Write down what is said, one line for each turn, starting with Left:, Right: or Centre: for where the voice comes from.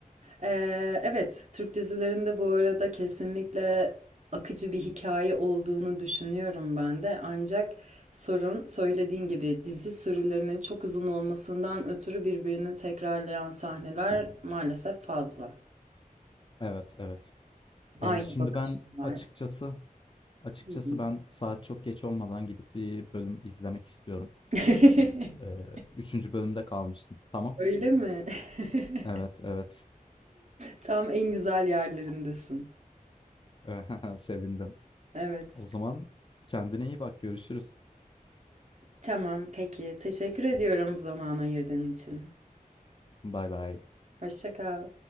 Right: Eee, evet, Türk dizilerinde bu arada kesinlikle akıcı bir hikaye olduğunu düşünüyorum ben de. Ancak sorun söylediğin gibi dizi sürülerinin çok uzun olmasından ötürü birbirini tekrarlayan sahneler maalesef fazla.
Left: Evet, evet.
Right: Aynı
Left: E, şimdi
Right: bakışlar.
Left: ben açıkçası açıkçası
Right: Hı hı.
Left: ben saat çok geç olmadan gidip bir bölüm izlemek istiyorum.
Right: <laughs>
Left: E, üçüncü bölümde kalmıştım. Tamam.
Right: Öyle mi? <laughs>
Left: Evet, evet.
Right: Tam en güzel yerlerindesin.
Left: <laughs> Sevindim.
Right: Evet.
Left: O zaman kendine iyi bak. Görüşürüz.
Right: Tamam, peki. Teşekkür ediyorum zaman ayırdığın için.
Left: Bay bay.
Right: Hoşça kal.